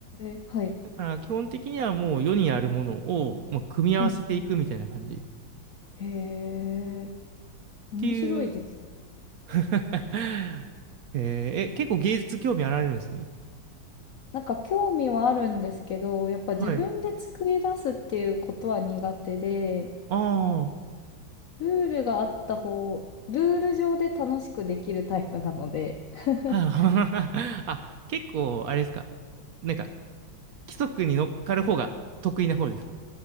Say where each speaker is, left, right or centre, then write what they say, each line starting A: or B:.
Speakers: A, on the left; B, on the right.
A: え、はい。
B: だから基本的にはもう世にあるものを、まあ、組み合わせていくみたいな感じ。
A: うんうん。
B: っ
A: へえ、面白いですね
B: ていう <laughs> えーえ、結構芸術興味あられるんですね。
A: なんか興味はあるんですけど、やっぱ自分で作り出すっていうことは苦手で、
B: はい。ああ、<laughs>
A: ルールがあった方、ルール上で楽しくできるタイプなので、<laughs>
B: はいはい。<laughs> あ、結構、あれですか。なんか、規則に乗っかる方が得意な方ですか